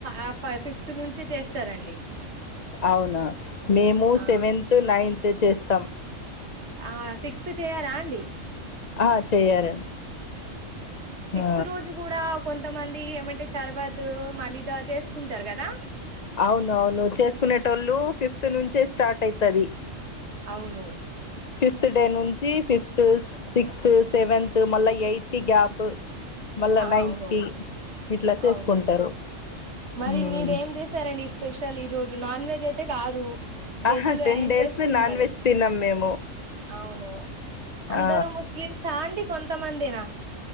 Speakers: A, on the right; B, on the left.
A: ఆ పై ఫిఫ్త్ నుంచి చేస్తారండి
B: అవునా మేము
A: ఆ
B: సెవెన్త్ నైన్త్ చేస్తాం
A: ఆ సిక్స్త్ చేయారా అండి
B: ఆ చెయ్యరు
A: సిక్స్త్
B: ఆ
A: రోజు కూడా కొంతమంది ఏమంటే షర్బత్ మలీదా చేసుకుంటారు కదా
B: అవును అవును చేసుకునేటోళ్ళు ఫిఫ్త్ నుంచే స్టార్ట్ అయితది
A: అవును
B: ఫిఫ్త్ డే నుంచి ఫిఫ్త్ సిక్స్త్ సెవెంత్ మళ్ళా ఎయిత్ కి గ్యాప్ మళ్ళా
A: ఆ
B: నైన్త్
A: అవును
B: కి ఇట్లా చేసుకుంటారు
A: అవును మరి
B: మ్మ్
A: మీరు ఏం చేసారంండి ఈ స్పెషల్ ఈ రోజు నాన్ వెజ్ అయితే కాదు వెజ్
B: ఆహా
A: లో
B: టెన్
A: ఏం
B: డేస్
A: చేసుకున్నారు
B: నాన్ వెజ్ తిన్నాం మేము
A: అవును అందరు
B: ఆ
A: ముస్లిమ్స్ అండి కొంత మందేనా